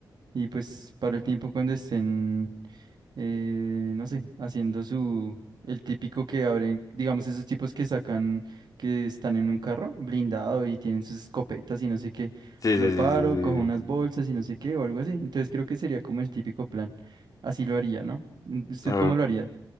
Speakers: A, on the right; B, on the left.
A: Y pues para el tiempo cuando estén, eh, no sé, haciendo su, el típico que abren, digamos, esos tipos que sacan, que están en un carro blindado y tienen sus escopetas y no sé qué,
B: Sí,
A: lo
B: sí,
A: paro,
B: sí, sí,
A: cojo unas
B: sí.
A: bolsas y no sé qué o algo así. Entonces creo que sería como el típico plan. Así lo haría, ¿no? ¿Usted
B: sí.
A: cómo lo haría?